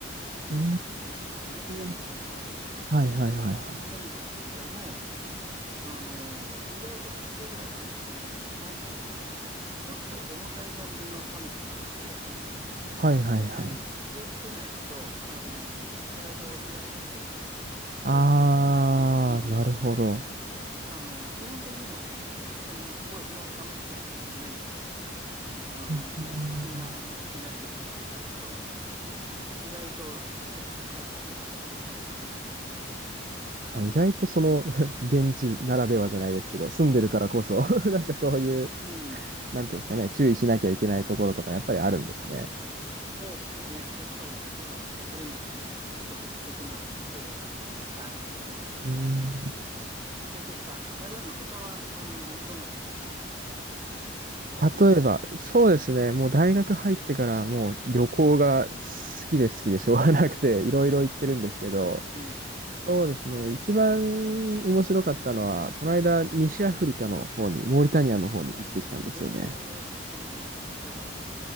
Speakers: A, on the right; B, on the right.
A: うー
B: なんですね、最低気温でも。
A: ん。はいはいはいはい。
B: なんですけれども、あのー意外と湿気があってですね、なんて言えばいいかな、ちょっと重たい感じの寒さなんで、
A: はいはいはい。
B: うん、気をつけないと、あのーちょっと体を冷やしたりしがちなんですよね、
A: あー、
B: 日本から行った人は。
A: なるほど。
B: えーあの基本的にはね、そんなすごい寒いって感じじゃないんで、あのそんな厚着しないで出かけちゃうと、
A: うんうん
B: 意外とちょっとこう体冷やしちゃったりってことがありますね。
A: あ、意外とその <laughs> 現地ならではじゃないですけど、住んでるからこそ <laughs> なんかそういう、
B: うん、
A: なんていうんですかね、注意しなきゃいけないところとかやっぱりあるんですね。
B: そうですね、やっぱりあのありますね、ちょっと独特な気候なんで、はい。
A: うん
B: あれですか、台湾の他はあのどんなところを、例えば旅行されました。
A: 例えば、そうですね、もう大学入ってからもう旅行が好きで好きでしょうが <laughs> なくて、いろいろ行ってるんですけど、
B: ええ、うん、
A: そうですね、一番面白かったのは、この間西アフリカの方に、モーリタニアの方に行ってきたんですよね。
B: へえ、なるほど。おう